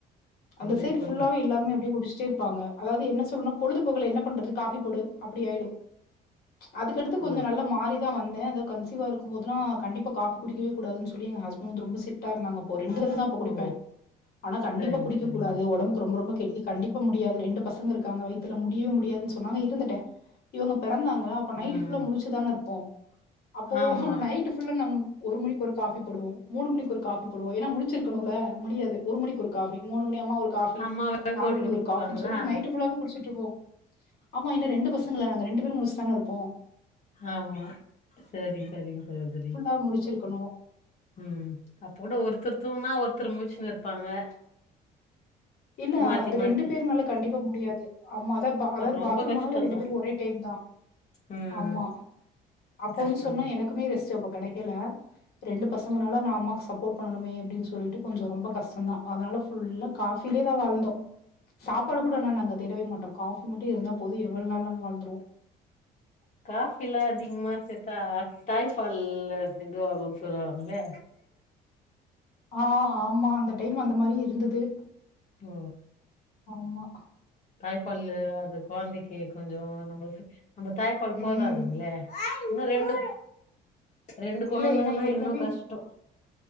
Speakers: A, on the left; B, on the left.
A: அந்த
B: இல்ல
A: சைட்
B: கொஞ்
A: ஃபுல்லாவே எல்லாருமே அப்டியே குடிச்சிட்டே இருப்பாங்க அதாவது என்ன சொல்னா பொழுது போகல என்ன பண்றது காபி போடு அப்டி ஆயிடு அதுக்கடுத்து கொஞ்சோ
B: ஓ
A: நல்லா மாறி தா வந்தே அதோ கன்சீவா இருக்கும் போதெல்லா கண்டிப்பா காஃபி குடிக்கவே கூடாதுன்னு சொல்லி எங்க ஹஸ்பண்ட் ரொம்ப சிட்டா இருந்தாங்க அப்போ ரெண்டு <unintelligible> குடிப்பே
B: ஓ
A: ஆனா கண்டிப்பா
B: சரிங்க
A: குடிக்க
B: சரிங்க
A: கூடாது ஒடம்புக்கு ரொம்ப ரொம்ப கெடுதி கண்டிப் இப்ப முடியாது ரெண்டு பசங்க இருக்காங்க வயித்துல முடியவே முடியாதுன் சொன்னாங்க இருந்துட்டே இவுங்க பிறந்தாங்களா அ ப்ப நைட்
B: ம்
A: ஃபுல்லா முழிச்சு தானே இருப்போ அப்போ
B: ஆமா
A: நைட் ஃபுல்லா நா ஒரு மணி ஒரு காஃபி போடுவோ மூணு மணிக்கு ஒரு காஃபி போடுவோ ஏனா முழிச்சிருக்கணுல முடியாது ஒரு மணிக்கு ஒரு காஃபி மூணு மணி அம்மா ஒரு காஃபி
B: அம்மாவே
A: நாலு
B: போட்டு
A: மணி
B: குடுப்பாங்களா
A: ஒரு காஃபின் சொல்லிட்டு நைட் ஃபுல்லாவே குடிச்சிட்டு இருப்போ ஆமா என்ன ரெண்டு பச பசங்கள நாங்க ரெண்டு பேரு முழிச்சி தானே இருப்போ
B: ஆமா சேரிங் சேரிங்க சகோதரி
A: ப முழிச்சிருக்கணு
B: ம் அப்ப கூட ஒருத்தர் தூங்குனா ஒருத்தர் முழிச்சின்னு இருப்பாங்க
A: இல்ல
B: மாத்தி
A: அது
B: மாத்தி
A: ரெண்டு பேருனால கண்டிப்பா முடியாது ஆமா அத அதாவது
B: ரொம்ப
A: பாத்ரூம்
B: கஷ்டந்தா
A: போனாலு ரெண்டு பேரு ஒரே டைம் தா
B: ம்
A: ஆமா அப்ப
B: கஷ்டந்தா
A: வந்து சொன்னா எனக்குமே ரெஸ்டு அப்ப கிடைக்கல ரெண்டு பசங்கனால நா அம்மாவுக்கு சப்போர்ட் பண்ணனுமே அப்டின்னு சொல்லிட்டு கொஞ்ச ரொம்ப கஷ்ட தா அதனால ஃபுல்லா காஃப் ஃபிலில வாழ்ந்தோ சாப்பாடு கூட நானு அங்க தேடவே மாட்டோ காஃபி மட்டு இருந்தா போது எவ்ள நாள்னாலு வாழ்ந்துருவோ
B: காஃபிலா அதிகமா சேத்தா தாய்ப்பால் இது ஆகுன்னு சொல்லுவாங்களே
A: ஆ ஆமா அந்த டைம் அந்த மாதிரி இருந்தது
B: ஓ
A: ஆமா
B: தாய்ப்பால் அது ககொழந்தைக்கு கொஞ்ச நம்ம நம்ம தாய்ப்பால்
A: ம்
B: போதாதுங்களே இன்னு ரெண்டு ரெண்டு
A: இல்ல
B: கொழந்தைங்கன்னா
A: ஏன்னா ஏற்கனவே
B: இன்னு கஷ்டோ